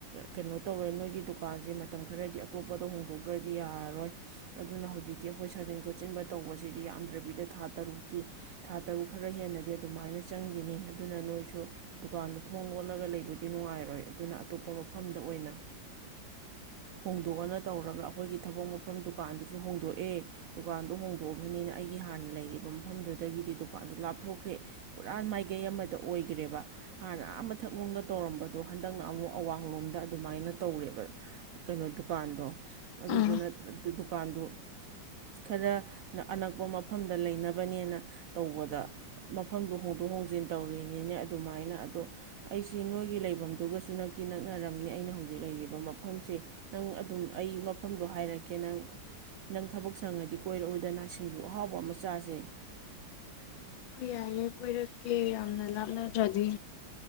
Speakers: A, on the right (about 85°); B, on the left (about 80°).
A: ꯀꯩꯅꯣ ꯇꯧꯔꯣꯏ ꯅꯣꯏꯒꯤ ꯗꯨꯀꯥꯟꯁꯦ ꯃꯇꯝ ꯈꯔꯗꯤ ꯑꯇꯣꯞꯄꯗ ꯍꯣꯡꯗꯣꯛꯇ꯭ꯔꯗꯤ ꯌꯥꯔꯔꯣꯏ ꯑꯗꯨꯅ ꯍꯧꯖꯤꯛꯇꯤ ꯑꯩꯈꯣꯏ ꯁꯥꯖꯤꯟ ꯈꯣꯠꯆꯤꯟꯕ ꯇꯧꯕꯁꯤꯗꯤ ꯌꯥꯝꯗ꯭ꯔꯕꯤꯗ ꯊꯥ ꯇꯔꯨꯛꯇꯤ ꯊꯥ ꯇꯔꯨꯛ ꯈꯔ ꯍꯦꯟꯅꯗꯤ ꯑꯗꯨꯃꯥꯏꯅ ꯆꯪꯈꯤꯅꯤ ꯑꯗꯨꯅ ꯅꯣꯏꯁꯨ ꯗꯨꯀꯥꯟꯗ ꯊꯣꯡ ꯂꯣꯠꯂꯒ ꯂꯩꯕꯗꯤ ꯅꯨꯡꯉꯥꯏꯔ ꯌꯥꯔꯣꯏ ꯑꯗꯨꯅ ꯑꯇꯣꯞꯄ ꯃꯐꯝꯗ ꯑꯣꯏꯅ ꯍꯣꯡꯗꯣꯛꯑꯅ ꯇꯧꯔꯒ ꯑꯩꯈꯣꯏꯒꯤ ꯊꯕꯛ ꯃꯐꯝ ꯗꯨꯀꯥꯟꯗꯨꯁꯨ ꯍꯣꯡꯗꯣꯛꯑꯦ ꯗꯨꯀꯥꯟꯗꯣ ꯍꯣꯡꯗꯣꯛꯑꯕꯅꯤꯅ ꯑꯩꯒꯤ ꯍꯥꯟꯅ ꯂꯩꯔꯤꯕ ꯃꯐꯝꯗꯨꯗꯒꯤꯗꯤ ꯗꯨꯀꯥꯟꯗꯣ ꯂꯥꯞꯊꯣꯛꯈ꯭ꯔꯦ ꯄꯨꯔꯥ ꯃꯥꯏꯀꯩ ꯑꯃꯗ ꯑꯣꯏꯈ꯭ꯔꯦꯕ ꯍꯥꯟꯅ ꯃꯊꯛꯅꯨꯡꯗ ꯇꯧꯔꯝꯕ ꯑꯗꯣ ꯍꯟꯗꯛꯅ ꯑꯃꯨꯛ ꯑꯋꯥꯡꯂꯣꯝꯗ ꯑꯗꯨꯃꯥꯏꯅ ꯇꯧꯔꯦꯕ ꯀꯩꯅꯣ ꯗꯨꯀꯥꯟꯗꯣ ꯑꯗꯨꯗꯨꯅ
B: ꯎꯝ
A: ꯗꯨꯀꯥꯟꯗꯣ ꯈꯔ ꯑꯅꯛꯄ ꯃꯐꯝꯗ ꯂꯩꯅꯕꯅꯦꯅ ꯇꯧꯕꯗ ꯃꯐꯝꯗꯣ ꯍꯣꯡꯗꯣꯛ ꯍꯣꯡꯖꯤꯟ ꯇꯧꯔꯤꯅꯤꯅꯦ ꯑꯗꯨꯃꯥꯏꯅ ꯑꯗꯣ ꯑꯩꯁꯤ ꯅꯣꯏꯒꯤ ꯂꯩ ꯐꯝꯗꯨꯒꯁꯨ ꯅꯛꯇꯤ ꯅꯛꯅꯔꯝꯅꯤ ꯑꯩꯅ ꯍꯧꯖꯤꯛ ꯂꯩꯔꯤꯕ ꯃꯐꯝꯁꯦ ꯅꯪ ꯑꯗꯨꯝ ꯑꯩ ꯃꯐꯝꯗꯣ ꯍꯥꯏꯔꯛꯀꯦ ꯅꯪ ꯅꯪ ꯊꯕꯛ ꯁꯪꯉꯗꯤ ꯀꯣꯏꯔꯛꯑꯣꯏꯗꯅ ꯁꯤꯡꯖꯨ ꯑꯍꯥꯎꯕ ꯑꯃ ꯆꯥꯁꯦ
B: ꯑꯣꯣꯏ ꯌꯥꯏꯌꯦꯏ ꯀꯣꯏꯔꯛꯀꯦ ꯌꯥꯝꯅ ꯂꯥꯞꯅꯗ꯭ꯔꯗꯤ